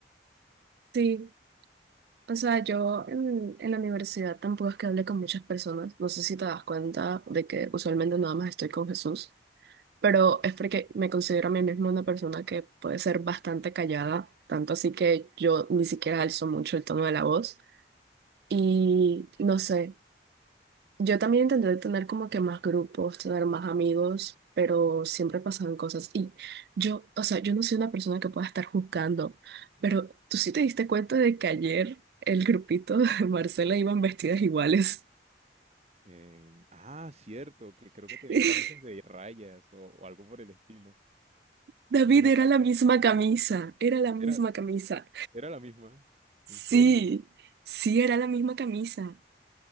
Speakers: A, on the right; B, on the right.
A: Sí, o sea, yo en, en la universidad tampoco es que hable con muchas personas. No sé si te das cuenta de que usualmente nada más estoy con Jesús, pero es porque me considero a mí misma una persona que puede ser bastante callada, tanto así que yo ni siquiera alzo mucho el tono de la voz. Y no sé, yo también intenté tener como que más grupos, tener más amigos, pero siempre pasaban cosas. Y yo, o sea, yo no soy una persona que pueda estar juzgando, pero tú sí te diste cuenta de que ayer el grupito <laughs> de Marcela iban vestidas iguales.
B: Eh, ah, cierto, que creo que tenían
A: <laughs>
B: camisas de rayas o, o algo por el estilo.
A: David
B: Ven acá,
A: era la
B: cuenta.
A: misma camisa, era la misma
B: Era,
A: camisa.
B: era la misma.
A: Sí,
B: ¿En serio?
A: sí, era la misma camisa.